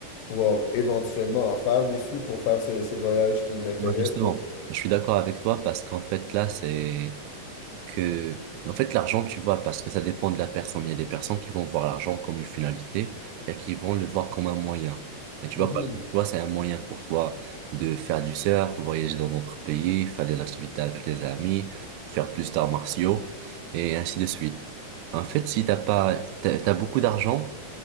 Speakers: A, on the left; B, on the right.
A: pouvoir éventuellement en faire des sous pour faire ce- ces voyages qui m'intéressent,
B: Bah, Justement,
A: pour...
B: je suis d'accord avec toi parce qu'en fait, là, c'est... que, en fait, l'argent, tu vois, parce que ça dépend de la personne. Il y a des personnes qui vont voir l'argent comme une finalité et qui vont le voir comme un moyen. Mais tu
A: Mhm.
B: vois, par exemple, toi, c'est un moyen pour toi de faire du surf, voyager dans d'autres pays, faire des activités avec les amis, faire plus d'arts martiaux et ainsi de suite. En fait, si t'as pas, t'as, t'as beaucoup d'argent,